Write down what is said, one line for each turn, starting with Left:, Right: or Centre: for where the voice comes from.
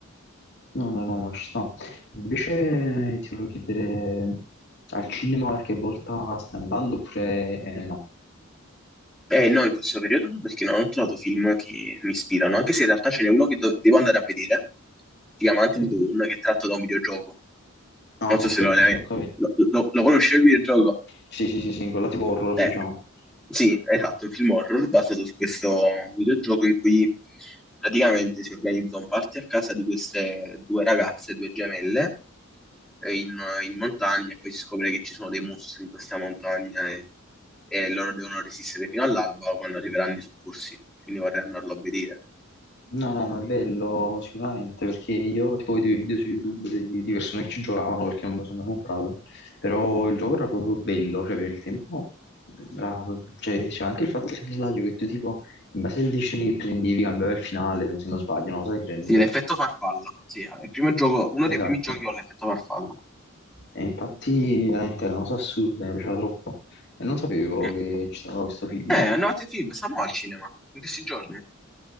Left: No, no, no, ma ci sta. Invece eh, ti volevo chiedere, al cinema qualche volta stai andando oppure eh, no?
Centre: Eh no, in questo periodo no, perché non ho trovato film che mi ispirano, anche se in realtà ce n'è uno che do- devo andare a vedere, si chiama Until
Left: Ok.
Centre: Dawn, che è tratto da un videogioco.
Left: Ah,
Centre: Non so
Left: ok,
Centre: se lo, lo,
Left: sì, sì, ho capito.
Centre: lo, lo conosci il videogioco?
Left: Sì, sì, sì, sì, quella tipo horror,
Centre: Eh,
Left: diciamo.
Centre: Sì, esatto, un film horror basato su questo videogioco in cui praticamente si organizza un party a casa di queste due ragazze, due gemelle, eh, in, in montagna e poi si scopre che ci sono dei mostri in questa montagna e, e loro devono resistere fino all'alba o quando arriveranno i soccorsi, quindi vorrei andarlo a vedere.
Left: No, ma è bello sicuramente perché io tipo vedevo i video su YouTube di, di persone che ci giocavano perché non me lo sono mai comprato, però il gioco era proprio bello, cioè per il tempo, era- cioè, c'era anche il fatto se non sbaglio, che tu tipo in base alle decisioni che prendevi cambiava il finale, se non sbaglio, una cosa del genere.
Centre: Sì, l'effetto farfalla, sì, è il primo gioco, uno dei
Left: Esatto.
Centre: primi giochi ho l'effetto farfalla.
Left: E infatti veramente era una cosa assurda, mi piaceva troppo e non sapevo
Centre: Mm.
Left: che ci stava questo film,
Centre: Eh,
Left: no,
Centre: no, te film, stiamo al cinema, in questi giorni.